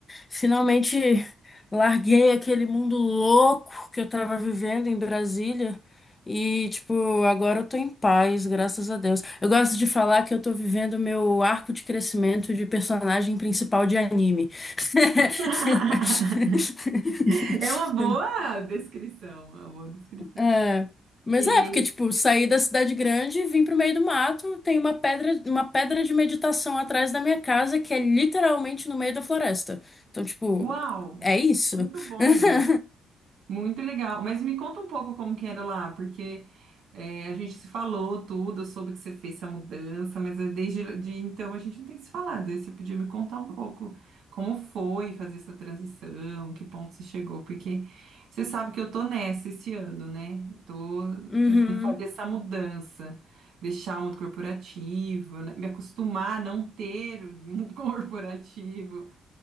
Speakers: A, on the left; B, on the right.
A: Finalmente larguei aquele mundo louco que eu tava vivendo em Brasília e, tipo, agora eu tô em paz, graças a Deus. Eu gosto de falar que eu tô vivendo meu arco de crescimento de personagem principal de anime. <laughs>
B: <laughs> É uma boa descrição, é uma boa descrição.
A: É, mas
B: E,
A: é, porque, tipo, saí da cidade grande, vim pro meio do mato, tem uma pedra, uma pedra de meditação atrás da minha casa, que é literalmente no meio da floresta. Então, tipo,
B: uau,
A: é isso.
B: muito bom.
A: <laughs>
B: Muito legal. Mas me conta um pouco como que era lá, porque eh, a gente se falou tudo, eu soube que você fez essa mudança, mas eh, desde de então a gente não tem se falado. Aí Você podia me contar um pouco como foi fazer essa transição, que ponto você chegou, porque você sabe que eu tô nessa esse ano, né? Eu tô
A: Uhum,
B: tentando fazer essa mudança, deixar o mundo corporativo, né? Me acostumar a não ter o mundo <laughs> corporativo.